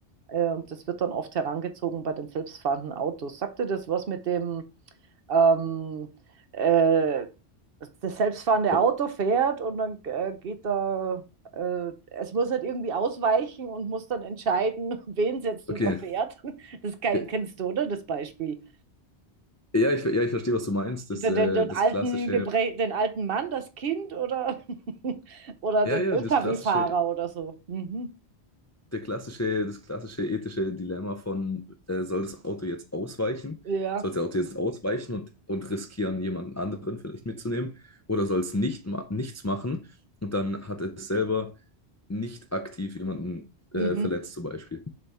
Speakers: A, on the right; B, on the left.
A: Äh, Und das wird dann oft herangezogen bei den selbstfahrenden Autos. Sagt dir das was mit dem, ähm, äh, das selbstfahrende
B: oh,
A: Auto fährt und dann äh, geht da, äh, es muss halt irgendwie ausweichen und muss dann entscheiden, <laughs> wen es jetzt
B: okay.
A: überfährt. <laughs> Das ke-
B: Ja,
A: kennst du, oder? Das Beispiel.
B: ja, ich, ja, ich verstehe, was du meinst. Das,
A: Den,
B: äh,
A: den, den
B: das
A: alten,
B: klassische,
A: Geprä den alten Mann, das Kind oder, <laughs> oder
B: ja,
A: den
B: ja,
A: LKW-Fahrer
B: das klassische,
A: oder so. Mhm.
B: der klassische, das klassische ethische Dilemma von, äh, soll das Auto jetzt ausweichen?
A: Ja.
B: Soll das Auto jetzt ausweichen und, und riskieren, jemanden anderen vielleicht mitzunehmen? Oder soll es nicht ma nichts machen und dann hat es selber nicht aktiv jemanden
A: Mhm.
B: äh, verletzt, zum Beispiel?